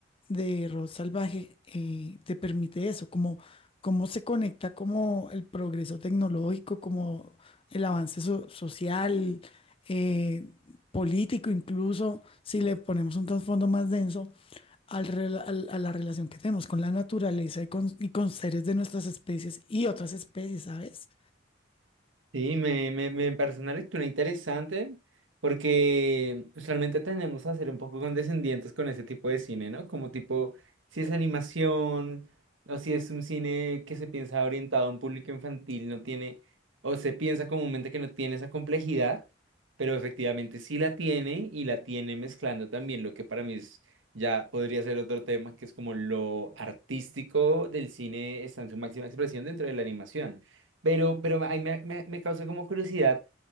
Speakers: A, on the left; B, on the right.
A: de Rod Salvaje eh, te permite eso, como cómo se conecta como el progreso tecnológico, como el avance so- social, eh, político, incluso si le ponemos un trasfondo más denso al rela- al- a la relación que tenemos con la naturaleza y con, y con seres de nuestras especies y otras especies, ¿sabes?
B: Sí, me, me, me parece una lectura interesante porque usualmente tendemos a ser un poco condescendientes con ese tipo de cine, ¿no? Como tipo, si es animación o si es un cine que se piensa orientado a un público infantil, no tiene, o se piensa comúnmente que no tiene esa complejidad, pero efectivamente sí la tiene y la tiene mezclando también lo que para mí es- ya podría ser otro tema, que es como lo artístico del cine está en su máxima expresión dentro de la animación. Pero, pero ahí me, me, me causa como curiosidad,